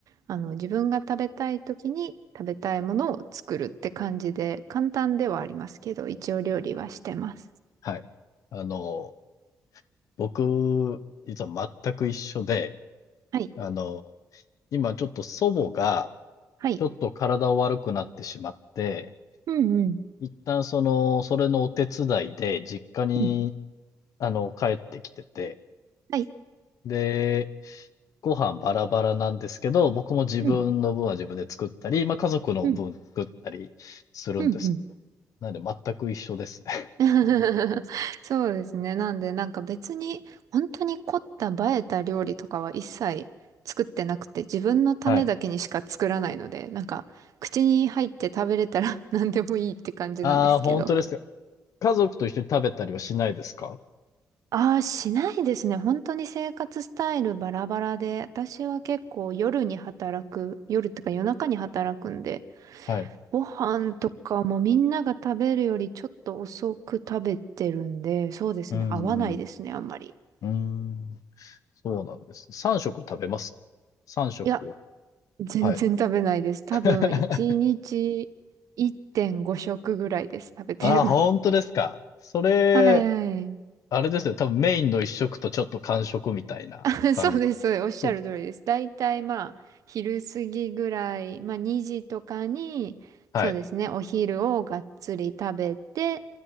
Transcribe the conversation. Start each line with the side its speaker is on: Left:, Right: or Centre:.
Right: あの自分が食べたい時に食べたいものを作るって感じで簡単ではありますけど、一応料理はしてます。
Left: はい。あの、僕、実は全く一緒で、
Right: はい。
Left: あの、今ちょっと祖母が、
Right: はい。
Left: ちょっと体を悪くなってしまって、
Right: うんうん。
Left: 一旦その、それのお手伝いで実家に、
Right: うん。
Left: あの、帰ってきてて、
Right: はい。
Left: で、ご飯バラバラなんですけど、僕も自分の分は自分で作ったり、
Right: うん。
Left: まあ家族の分作ったりするんですけど、
Right: うん。うん。
Left: なんで全く一緒ですね。
Right: <laughs> そうですね。なんで、なんか別に、本当に凝った映えた料理とかは一切作ってなくて、自分のためだけにしか作らないので、
Left: はい。
Right: なんか、口に入って食べれたら <laughs> 何でもいいって感じなんですけど。
Left: ああ、本当です家族と一緒に食べたりはしないですか
Right: ああ、しないですね。本当に生活スタイルバラバラで、私は結構夜に働く、夜ってか夜中に働くんで、
Left: はい。う
Right: ご飯とかもみんなが食べるよりちょっと遅く食べてるんで、そうですね。
Left: ーん。
Right: 合わないですね、
Left: う
Right: あんまり。
Left: ーん。そうなんですね。3食食べます ?3
Right: いや、
Left: 食。
Right: 全然食べないです。
Left: はい。
Right: 多分、
Left: <laughs>
Right: 1日1.5食ぐらいです。食べてるの。
Left: ああ、本当ですか。
Right: <laughs>
Left: それ、
Right: はいはい。
Left: あれですよね。多分メインの1食とちょっと間食みたいな感じ。
Right: <laughs> そうです、そうです。おっしゃる通りです。
Left: そうです。
Right: だいたいまあ、昼過ぎぐらい、まあ2時とかに、
Left: はい。
Right: そうですね、お昼をがっつり食べて、